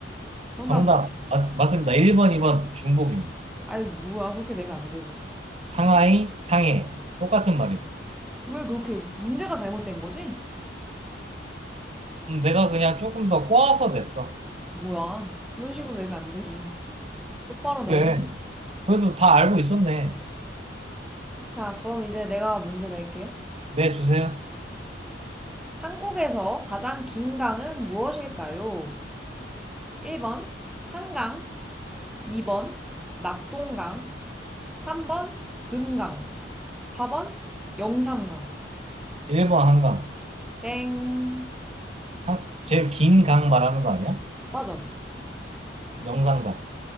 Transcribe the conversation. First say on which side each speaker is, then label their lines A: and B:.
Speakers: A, in the centre; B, on the right.
A: 정답
B: 정답.
A: 뭐야?
B: 맞, 맞습니다. 1번, 2번 중복입니다. 이거.
A: 아이, 뭐야. 그렇게 내면 안 되지.
B: 상하이, 상해. 똑같은 말입니다.
A: 왜 그렇게 문제가 잘못된 거지?
B: 음, 내가 그냥 조금 더 꼬아서 냈어.
A: 뭐야. 그런 식으로 내면 안 되지. 똑바로 내세요.
B: 왜? 그래도 다 알고 있었네.
A: 자, 그럼 이제 내가 문제 낼게요.
B: 네, 주세요.
A: 한국에서 가장 긴 강은 무엇일까요? 1번 한강, 2번 낙동강, 3번 금강, 4번 영산강.
B: 1번 한강.
A: 땡.
B: 한, 제일 긴 강 말하는 거 아니야?
A: 맞아.
B: 영산강.